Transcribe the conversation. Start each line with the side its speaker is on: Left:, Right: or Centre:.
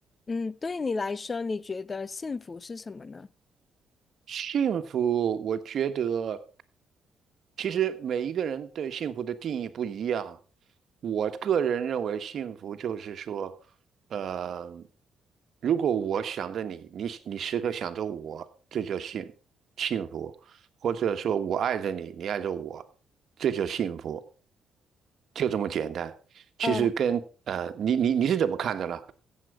Left: 嗯，对你来说，你觉得幸福是什么呢？
Right: 幸福，我觉得其实每一个人对幸福的定义不一样。我个人认为，幸福就是说，呃，如果我想着你，你你时刻想着我，这叫幸幸福；或者说我爱着你，你爱着我，这就幸福，就这么简单。其实跟呃，
Left: 呃，
Right: 你你你是怎么看的呢？